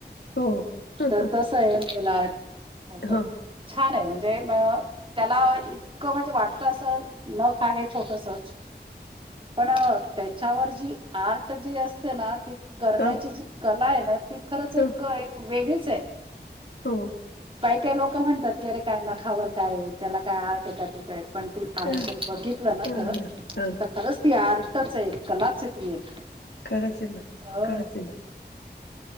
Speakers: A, on the left (about 75°); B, on the right (about 30°).
A: हो ह
B: तर तस आहे नेल आर्ट. असल
A: ह
B: छान आहे म्हण ते न त्याला इतकं म्हणजे वाटत अस नख आहे छोटसच. पण त्याच्यावर जी आर्ट जी असते ना ती करण्याची
A: ह
B: जी कला आहे ना ती खरंच एक
A: ह
B: एक वेगळीच आहे.
A: हो
B: काही काही लोक म्हणतात की अरे काय नखावर काय त्याला काय आर्ट ए का ते काय पण ती आहे
A: ह
B: जर बघितलं ना
A: ह
B: खरंच
A: ह
B: तर खरंच ती आर टच ये कलाच ये ती एक.
A: खरंच येना
B: हो.
A: खरंच येना.